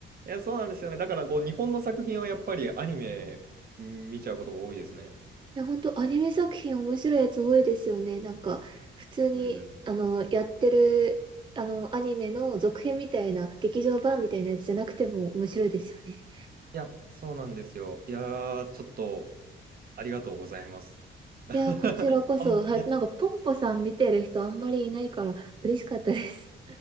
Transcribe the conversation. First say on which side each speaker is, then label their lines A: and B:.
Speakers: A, on the right; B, on the right.
A: いや、そうなんですよね。だからこう、日本の作品はやっぱりアニメ見ちゃうことが多いですね。
B: いや、本当アニメ作品面白いやつ多いですよね。なんか、普通に、
A: うん。い
B: あの、やってる、あの、アニメの続編みたいな、劇場版みたいなやつじゃなくても面白いですよね。
A: や、そうなんですよ。いやー、ちょっとありがとうございます。<laughs>
B: いや、こちらこそ、
A: こんな
B: はい、なんか、ポンポさん見てる人あんまりいないから嬉しかったです。